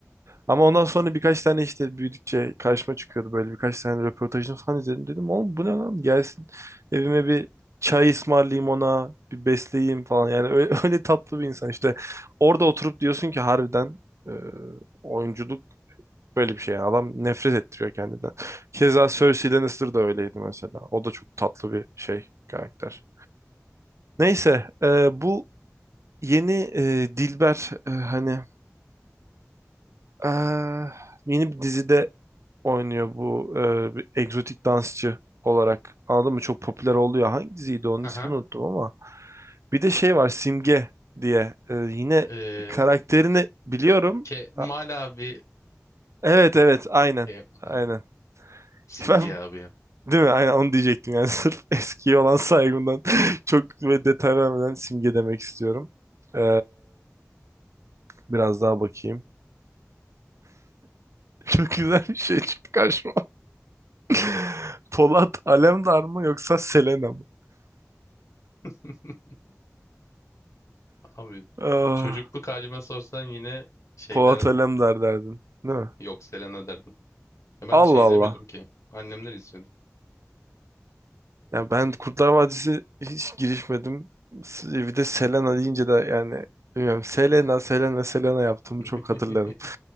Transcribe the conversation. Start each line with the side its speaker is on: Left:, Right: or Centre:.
Right: Ama ondan sonra birkaç tane işte büyüdükçe karşıma çıkıyordu böyle birkaç tane röportajını falan izledim. Dedim oğlum bu ne lan gelsin evime bir çay ısmarlayayım ona bir besleyeyim falan. Yani öyle, <laughs> öyle tatlı bir insan işte. Orada oturup diyorsun ki harbiden e, oyunculuk böyle bir şey. Yani adam nefret ettiriyor kendinden. Keza Cersei Lannister da öyleydi mesela. O da çok tatlı bir şey karakter. Neyse, e, bu Yeni e, Dilber e, hani ah, yeni bir dizide oynuyor bu e, bir egzotik dansçı olarak. Anladın mı? Çok popüler oluyor. Hangi diziydi onun
Left: Hı
Right: ismini
Left: hı.
Right: unuttum ama. Bir de şey var Simge diye. E, yine
Left: Ee,
Right: karakterini biliyorum.
Left: Ke Mal
Right: Ha,
Left: abi
Right: evet evet aynen.
Left: Ke
Right: Aynen.
Left: Ma-
Right: <laughs>
Left: Simge
Right: Ben,
Left: abi ya.
Right: değil mi? Aynen onu diyecektim. Yani <laughs> sırf eskiye olan saygımdan <laughs> çok böyle detay vermeden Simge demek istiyorum. E, biraz daha bakayım. <laughs> Çok güzel bir şey çıktı karşıma. <laughs> Polat Alemdar mı yoksa Selena mı?
Left: <laughs> Abi
Right: Ah,
Left: çocukluk halime sorsan yine şey
Right: Polat
Left: derdim.
Right: Alemdar derdim. Değil mi?
Left: Yok Selena derdim. Ben
Right: Allah
Left: de şey izlemiyordum
Right: Allah.
Left: ki. Annemler izliyordu.
Right: Ya ben Kurtlar Vadisi hiç girişmedim. S- Bir de Selena deyince de yani bilmiyorum. Selena, Selena, Selena yaptığımı çok
Left: <laughs>
Right: hatırlarım.